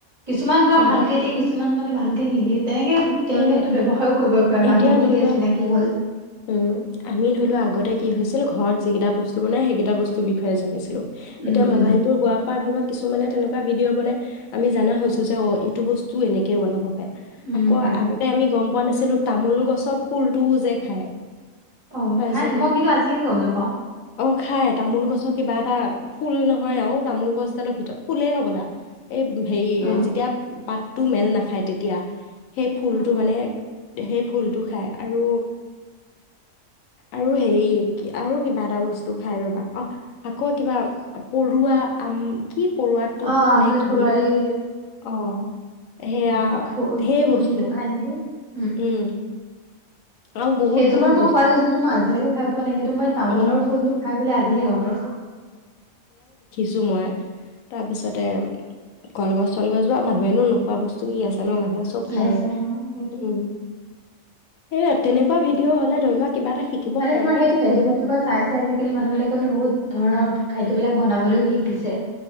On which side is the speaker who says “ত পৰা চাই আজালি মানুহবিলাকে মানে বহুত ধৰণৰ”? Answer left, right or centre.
Right